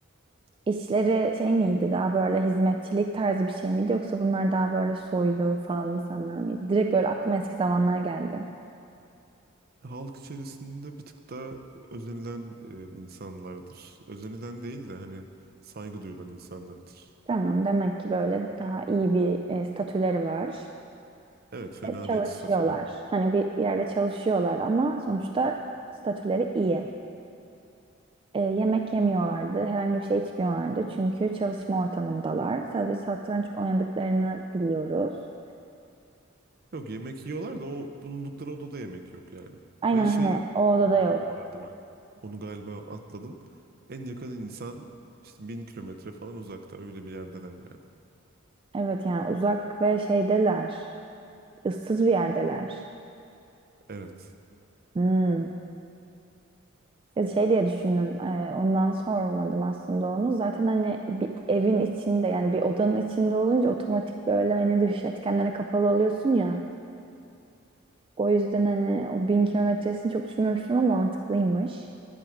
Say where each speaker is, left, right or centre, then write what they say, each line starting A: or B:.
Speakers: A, on the right; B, on the right.
A: İşleri şey miydi daha böyle hizmetçilik tarzı bir şey miydi yoksa bunlar daha böyle soylu falan insanlar mıydı? Direkt böyle aklıma eski zamanlar geldi.
B: Halk içerisinde bir tık daha özenilen e, insanlardır. Özenilen değil de hani saygı duyulan insanlardır.
A: Tamam demek ki böyle daha iyi bir e, statüleri var.
B: Evet fena
A: E, Çalışıyorlar.
B: değil statüleri.
A: Hani bir, bir yerde çalışıyorlar ama sonuçta statüleri iyi. E, yemek yemiyorlardı, herhangi bir şey içmiyorlardı çünkü çalışma ortamındalar. Sadece satranç oynadıklarını biliyoruz.
B: Yok yemek yiyorlar da o bulundukları odada yemek yok yani.
A: Aynen
B: Ve şey
A: hani o odada
B: ilginç
A: yok.
B: vardı bak. Onu galiba atladın. En yakın insan işte bin kilometre falan uzakta öyle bir yerdeler yani.
A: Evet yani uzak ve şeydeler. Issız bir yerdeler.
B: Evet.
A: Hmm. Ya Şey diye düşündüm. e, ondan sormadım aslında onu. Zaten hani bir evin içinde yani bir odanın içinde olunca otomatik böyle hani dış etkenlere kapalı oluyorsun ya. O yüzden hani o bin kilometresini çok düşünmemiştim ama mantıklıymış.